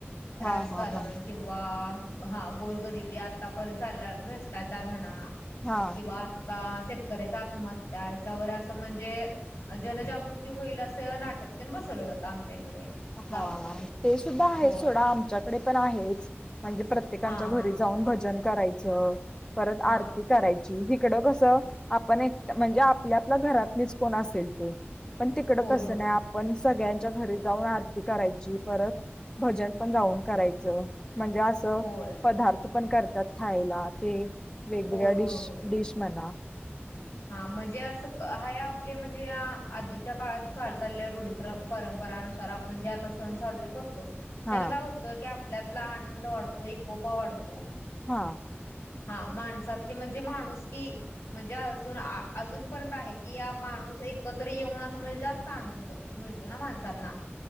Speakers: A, on the left; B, on the left.
A: हा
B: राजकारण
A: हा हा हा
B: किंवा हा गोरगरिबी आतापर्यंत चाललेला भ्रष्टाचार म्हणा
A: हा
B: किंवा शेतकऱ्याच्या आत्महत्या ह्याच्यावर असं म्हणजे जनजागृती होईल अस नाटकतेन बसवल जात आमच्या इकडे. गावाकडे
A: हा ते सुद्धा आहे
B: होय
A: सोडा आमच्याकडे पण आहेच म्हणजे प्रत्य प्रत्येकांच्या
B: हां हां
A: घरी जाऊन भजन करायचं परत
B: हां
A: आरती. करायची हिकडं कसं आपण एक म्हणजे आपली आपल्या घरातलीच कोण असेल ते. पण तिकड
B: होय
A: तसं
B: होय
A: नाही आपण सगळ्यांच्या घरी जाऊन आरती. करायची परत भजन पण जाऊन करायच म्हणजे अस
B: होय
A: पदार्थ पण करतात खायला ते वेगवेगळ्या
B: होय
A: डिश
B: होय होय
A: डिश म्हणा
B: हा म्हणजे असं हाय आपले म्हणजे या आधीच्या काळात चालत आलेल्या रूढीपरंम परंपरानुसार आपण जे आता सण साजरे करतो. त्यान
A: हा
B: काय होतं की आपला आपला आनंद वाढतो एकोपा वाढतो.
A: हां
B: हा माणसातली म्हणजे माणूसकी म्हणजे अजून अजूनपर्यंत आहे की या माणूस एकत्र येऊन असं म्हणजे जास्त आनंद. मिळतो ना माणसांना